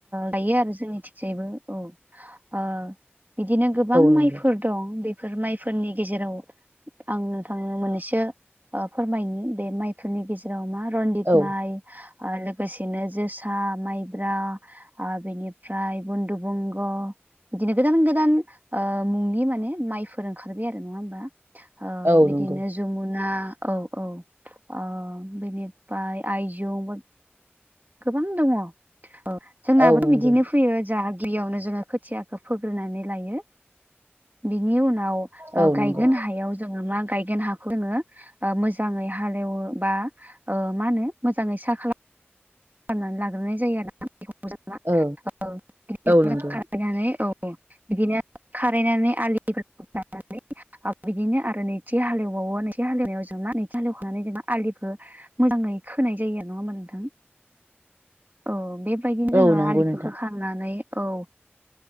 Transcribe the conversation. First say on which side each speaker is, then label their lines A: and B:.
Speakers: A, on the right; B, on the right.
A: गायो आरो जोंनि थिगजायैबो औ बिदिनो गोबां
B: नंगौ
A: माइफोर दं बेफोर माइफोरनि गेजेराव आं नोंथांनो मोननैसो फोरमायनो बे माइफोरनि गेजेराव मा रन माइ
B: औ
A: ओ लोगोसेनो जोसा माइब्रा बेनिफ्राय बन्धु बंग बिदिनो गोदान गोदान ओ मुंनि माने माइफोर ओंखारबाय आरो नङा होमबा ओ
B: औ
A: बिदिनो
B: नंगौ
A: जमुना औ औ ओ बिनि फ्राय आयजौ गोबां दङ औ जोंनाबो
B: औ नंगौ
A: बिदिनो फैयो जों गिबियावनो जोङो खोथियाखौ फोग्रोननानै लायो बिनि उनाव
B: औ
A: गायगोन
B: नंगौ
A: हायाव जोङो मा गायगोन हाखौ जोङो मोजाङै हालेवो बा मा होनो मोजाङै सा खालाम खालामनानै लाग्रोनाय जायो आरो ना
B: औ
A: <unintelligible>
B: औ नंगौ
A: बिदिनो खारायनानै आलिफोरखौ दाननानै बिदिनो आरो नैथि हालेवबावो नैथि हालेवनायाव जों मा नैथि हालेवखांनानै जोंना आलिखौ मोजाङै खोनाय जायो आरो नङा होमबा नोंथां औ बेबायदिनो
B: औ
A: ओ
B: नंगौ
A: आलिखौ
B: नोंथां
A: खोखांनानै औ